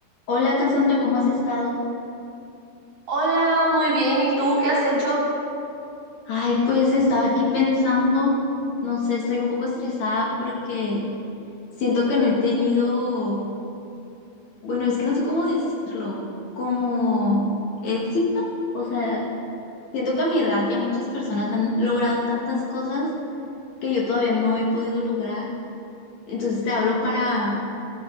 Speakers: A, on the left; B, on the right.
A: Hola Cassandra, ¿cómo has estado?
B: Hola, muy bien. ¿Y tú qué has hecho?
A: Ay, pues estaba aquí pensando, no sé, estoy un poco estresada porque siento que no he tenido, bueno, es que no sé cómo decirlo, como éxito. O sea, siento que a mi edad ya muchas personas han logrado tantas cosas que yo todavía no he podido lograr. Entonces te hablo para,